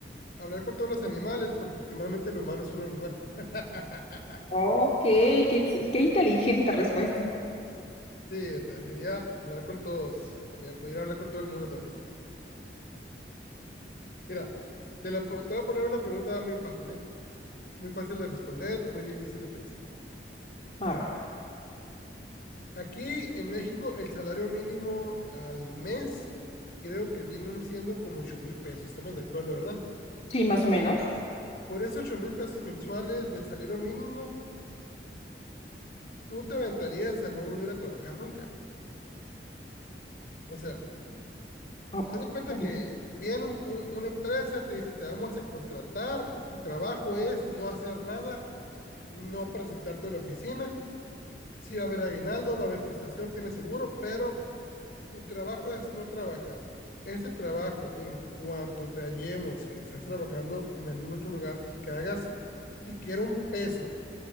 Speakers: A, on the left; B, on the left.
A: Hablar con todos los animales, porque últimamente el humano es un animal. <laughs>
B: Ok, qué, ex- qué inteligente respuesta.
A: Sí, o sea, sería hablar con todos y a- poder hablar con todo el mundo también. Mira, te, la po- te voy a poner una pregunta muy fácil, ¿eh? Muy fácil de responder, muy difícil de pensar.
B: A ver,
A: Aquí en México, el salario mínimo al mes creo que vienen siendo como ocho mil pesos, estamos de acuerdo, ¿verdad?
B: sí, más o menos.
A: Por esos ocho mil pesos mensuales de salario mínimo, tú te aventarías a no volver a trabajar nunca. O sea,
B: Oh,
A: haz de cuenta
B: ¿cómo?
A: que viene un- un- una empresa, te dice, te vamos a contratar, tu trabajo es no hacer nada no presentarte a la oficina. Sí va a haber aguinaldo, va a haber prestación, tiene seguro, pero tu trabajo es no trabajar. Ese trabajo, en cuanto te hallemos que estás trabajando en algún otro lugar y que hagas siquiera un peso